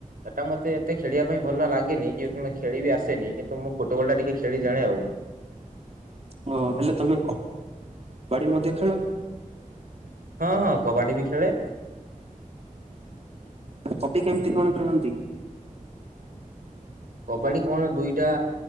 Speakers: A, on the right; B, on the right.
A: ସେଟା ମତେ ଏତେଖେଳିବା ପାଇଁ ଭଲ ଲାଗେନି, କି ଖେଳି ବି ଆସେନି, କିନ୍ତୁ ମୁଁ ଫୁଟବଲ ଟା ଟିକେ ଖେଳି ଜାଣି ଆଉ।
B: ହଁ ହେଲେ ତମେ ବାଡି ମଧ୍ୟ ଖେଳ <unintelligible>
A: ହଁ ହଁ କବାଡ଼ି ବି ଖେଳେ।
B: ହୋକି କେମିତି କଣ ଖେଳନ୍ତି କି?
A: କବାଡି କଣ ଦୁଇଟା